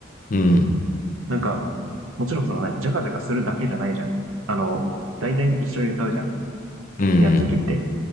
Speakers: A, on the left; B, on the right.
A: うん、
B: なんか、もちろんその何、ジャカジャカするだけじゃないじゃん。あの、大体一緒に歌うじゃん。
A: うん。
B: やるときって。